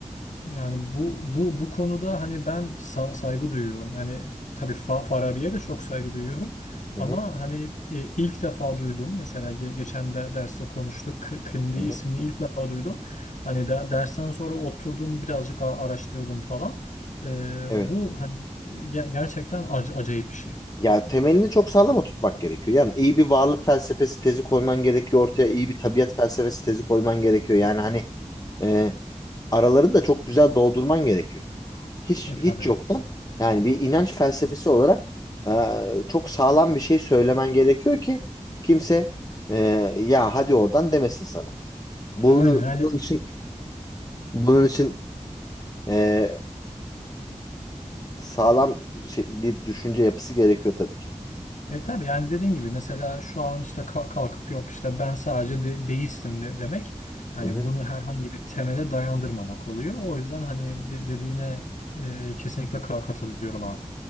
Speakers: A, on the left; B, on the left.
A: Yani bu bu bu konuda hani ben sa- saygı duyuyorum. Hani tabii Fa Farabi'ye de çok saygı duyuyorum. Ama
B: Hı hı,
A: hani e, ilk defa duydum. Mesela ge- geçen de derste konuştuk. K- Kindi
B: hı
A: ismini
B: hı.
A: ilk defa duydum. Hani de dersten sonra oturdum birazcık a- araştırdım falan. E,
B: Evet.
A: bu hani e, ge- gerçekten ac- acayip bir şey.
B: Ya temelini çok sağlam oturtmak gerekiyor. Yani iyi bir varlık felsefesi tezi koyman gerekiyor ortaya, iyi bir tabiat felsefesi tezi koyman gerekiyor. Yani hani e, aralarını da çok güzel doldurman gerekiyor. hiç
A: E
B: hiç
A: tabii.
B: yoktan yani bir inanç felsefesi olarak e, çok sağlam bir şey söylemen gerekiyor ki kimse e, ya hadi oradan demesin sana. Bunun,
A: E, aynen
B: bunun
A: yani
B: için bunun için e, sağlam şey- bir düşünce yapısı gerekiyor tabii ki.
A: E tabii yani dediğin gibi mesela şu an işte kal- kalkıp yok işte ben sadece de deistim de demek hani
B: Hı hı.
A: bunu herhangi bir temele dayandırmamak oluyor. O yüzden hani de- dediğine e, kesinlikle ka- katılıyorum abi.